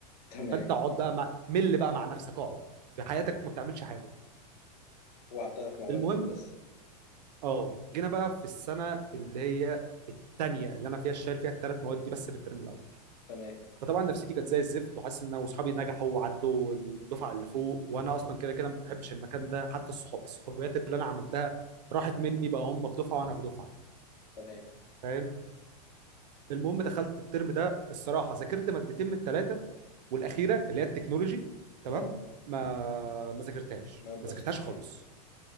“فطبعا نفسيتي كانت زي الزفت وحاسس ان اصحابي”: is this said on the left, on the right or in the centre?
Right